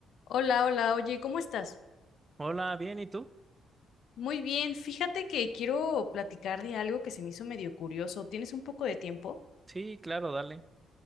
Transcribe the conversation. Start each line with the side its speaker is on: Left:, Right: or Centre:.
Left: Hola, hola, oye, ¿cómo estás?
Right: Hola, bien, ¿y tú?
Left: Muy bien, fíjate que quiero platicar de algo que se me hizo medio curioso. ¿Tienes un poco de tiempo?
Right: Sí, claro, dale.